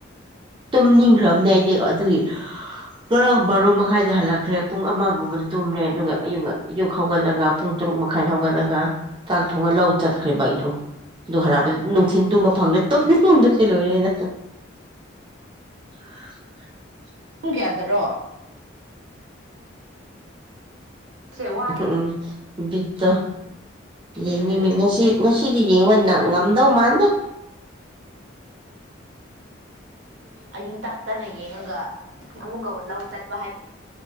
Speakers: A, on the right; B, on the right.
A: ꯇꯨꯝꯅꯤꯡꯈ꯭ꯔꯕꯅꯦ ꯑꯩꯗꯤ ꯑꯗꯨꯒꯤ ꯉꯔ ꯕꯥꯔꯣ ꯃꯈꯥꯏꯗ ꯍꯜꯂꯛꯈ꯭ꯔꯦ ꯄꯨꯡ ꯑꯃꯒꯨꯝꯕꯗ ꯇꯨꯝꯔꯦ ꯑꯗꯨꯒ ꯑꯌꯨꯛ ꯑꯌꯨꯛ ꯍꯧꯒꯠꯂꯒ ꯄꯨꯡ ꯇꯔꯨꯛ ꯃꯈꯥꯏꯗ ꯍꯧꯒꯠꯂꯒ ꯆꯥꯛ ꯊꯣꯡꯉ ꯂꯧ ꯆꯠꯈ꯭ꯔꯦꯕ ꯑꯩꯗꯣ ꯑꯗꯨ ꯍꯜꯂꯛꯄꯗ ꯅꯨꯡꯊꯤꯟ ꯇꯨꯝꯕ ꯐꯪꯗ꯭ꯔꯦ ꯇꯨꯝꯅꯤꯡꯅꯤꯡꯕꯁꯦ ꯂꯣꯏꯔꯦꯅ <inaudible>
B: ꯄꯨꯡ ꯀꯌꯥꯗꯔꯣ ꯁꯦ ꯋꯥ
A: ꯎꯝ ꯎꯝ ꯕꯤꯠꯇꯣ ꯌꯦꯡꯅꯤꯡ
B: ꯎꯝ
A: ꯉꯁꯤ ꯉꯁꯤꯗꯤ ꯌꯦꯡꯕ ꯅꯪ ꯉꯝꯗꯧ ꯃꯥꯗ
B: ꯑꯍꯤꯡ ꯇꯥꯞꯇꯥꯅ ꯌꯦꯡꯉꯒ ꯑꯃꯃꯨꯛꯥꯎ ꯂ ꯇꯔ